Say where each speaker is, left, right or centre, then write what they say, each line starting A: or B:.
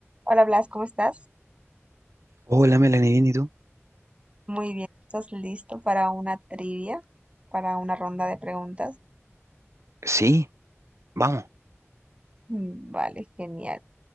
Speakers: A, on the right; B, on the right.
A: Hola Blas, ¿cómo estás?
B: Hola, Melanie, ¿bien y tú?
A: Muy bien, ¿estás listo para una trivia, para una ronda de preguntas?
B: Sí, vamos.
A: Mm, Vale, genial.